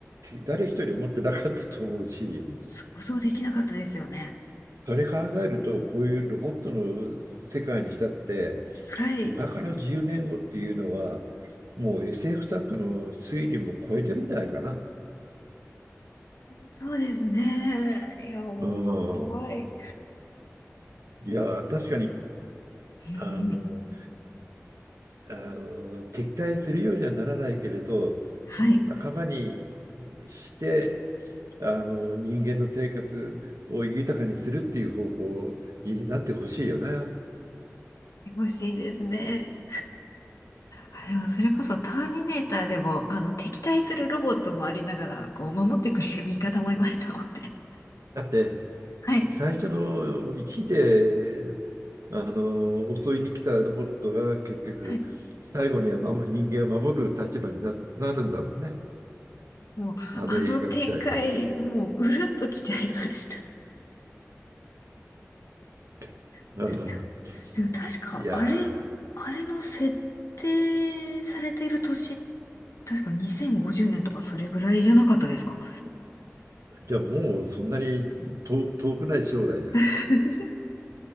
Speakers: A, on the right; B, on the left.
A: 誰一人思ってなかったと思うし、
B: 想像できなかったですよね。
A: それ考えると、こういうロボットの世界にしたって、
B: はい。
A: 今から10年後っていうのは、もう SF 作家の推理も超えてるんじゃないかな。
B: そうですね。いや、もう怖い。
A: うん。いや、確かに、
B: うん。
A: あの、あの、敵対するようにはならないけれど、
B: はい。
A: 仲間にして、あの、人間の生活を豊かにするっていう方向になってほしいよね。
B: 欲しいですね。あ、でもそれこそターミネーターでも、あの、敵対するロボットもありながら、こう、守ってくれる味方もいましたもんね。
A: だって、
B: はい。
A: 最初の1であの襲いに来たロボットが結局最後にはま人間を守る立場にな、
B: はい。
A: なるんだもんね
B: もう、
A: あの映画自体は。
B: あの展開、もう、うるっときちゃいました。
A: <laughs>
B: <laughs>
A: ああ
B: でも確か、
A: いや
B: あれ、あれの設定されている年、確か2050年とかそれぐらいじゃなかったですか
A: ーじゃあもうそんなに遠、遠くない将来や
B: <laughs>